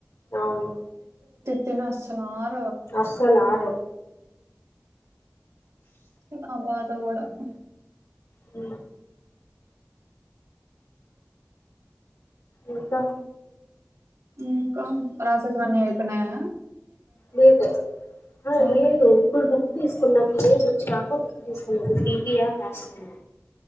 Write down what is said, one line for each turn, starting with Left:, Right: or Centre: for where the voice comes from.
Left: అవును
Right: తేనే అస్సలు ఆరు
Left: అస్సలు ఆరవ్
Right: సూడ్ నా బాద్ <unintelligible>
Left: అ ఇంకా
Right: ఇంకా రాసేటివన్ని అయిపయినాయ
Left: లేదు అహ
Right: ఆ
Left: లేదు ఇప్పుడు బుక్ తీసుకున్న అట్ల లేసి వచ్చాక బుక్ ఇప్పుడు టీటిఆర్ రాస్తన్న